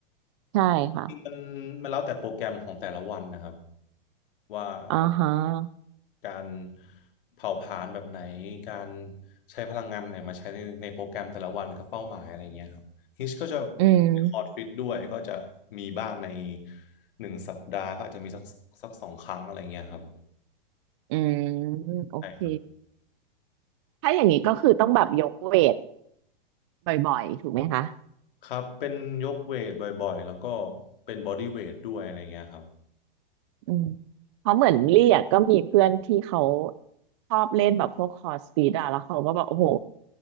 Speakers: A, on the right (about 30°); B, on the left (about 65°).
A: ใช่ค่ะ
B: จริงๆมันมันแล้วแต่โปรแกรมของแต่ละวันนะครับว่าเรา
A: อ่าฮะ
B: การเผาผลาญแบบไหนการใช้พลังงานแบบไหนมาใช้ในในโปรแกรมแต่ละวันกับเป้าหมายอะไรเงี้ยครับฮิชก็จะ
A: อืม
B: รีคอร์ดฟิตด้วยก็จะมีบ้างในหนึ่งสัปดาห์ก็อาจจะมีสักสักสองครั้งอะไรเงี้ยครับ
A: อืมโอเค
B: ใช่ครับ
A: ถ้าอย่างนี้ก็คือต้องแบบยกเวทบ่อยๆถูกไหมคะ
B: ครับเป็นยกเวทบ่อยๆแล้วก็เป็นบอดี้เวทด้วยอะไรเงี้ยครับ
A: อืมเพราะเหมือนลี่อ่ะก็มีเพื่อนที่เขาชอบเล่นแบบพวกคอร์สฟิตอ่ะแล้วเขาก็บอกโอ้โห